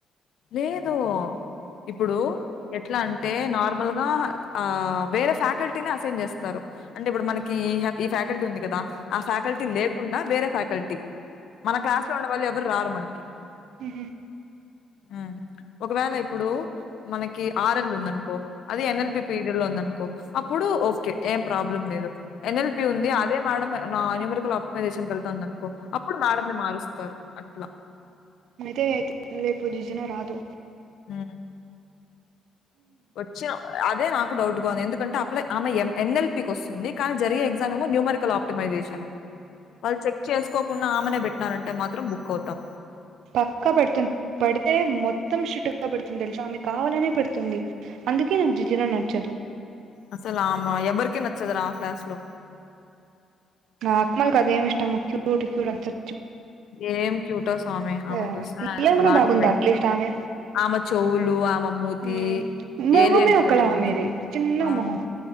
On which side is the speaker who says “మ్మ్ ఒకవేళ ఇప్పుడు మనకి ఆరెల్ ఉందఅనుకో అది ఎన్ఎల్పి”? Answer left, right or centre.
Left